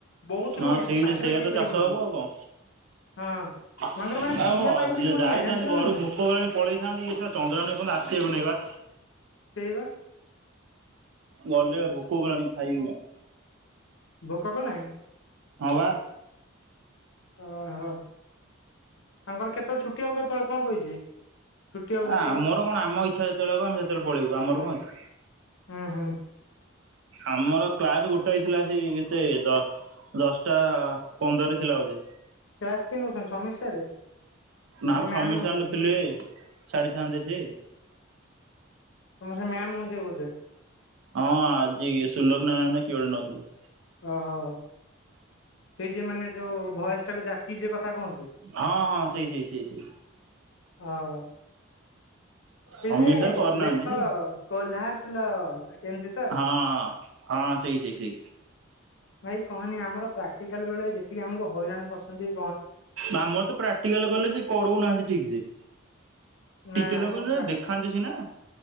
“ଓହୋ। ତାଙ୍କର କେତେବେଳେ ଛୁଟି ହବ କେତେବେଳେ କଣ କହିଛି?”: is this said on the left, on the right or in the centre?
Left